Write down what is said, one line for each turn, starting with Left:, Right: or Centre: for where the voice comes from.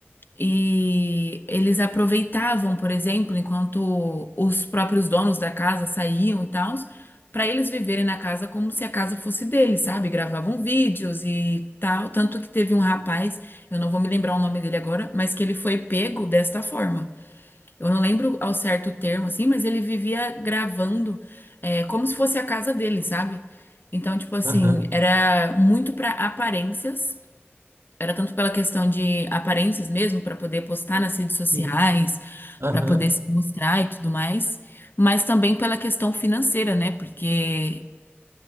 Left: E eles aproveitavam, por exemplo, enquanto os próprios donos da casa saíam e tal, para eles viverem na casa como se a casa fosse deles, sabe? Gravavam vídeos e tal. Tanto que teve um rapaz, eu não vou me lembrar o nome dele agora, mas que ele foi pego desta forma. Eu não lembro ao certo o termo, assim, mas ele vivia gravando, é, como se fosse a casa dele, sabe? Então, tipo assim,
Right: Aham.
Left: era muito pra aparências, era tanto pela questão de aparências mesmo, pra poder postar nas redes sociais,
Right: Sim. Aham.
Left: pra poder se mostrar e tudo mais, mas também pela questão financeira, né? Porque